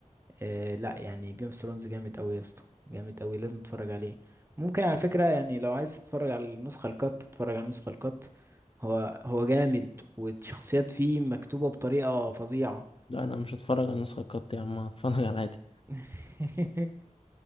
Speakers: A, on the right; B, on the left.
A: آه لا يعني جيم اوف ثرونز جامد قوي يا اسطى جامد قوي لازم تتفرج عليه ممكن على فكره يعني لو عايز تتفرج على النسخه الكات تتفرج على النسخه الكات هو هو جامد والشخصيات فيه مكتوبه بطريقه فظيعه
B: لا انا مش هتفرج على النسخه القط يا عم هتفرج على العادي
A: <laughs>